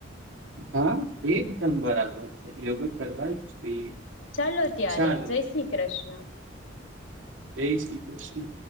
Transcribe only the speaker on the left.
ચાલો ત્યારે
જય શ્રી કૃષ્ણ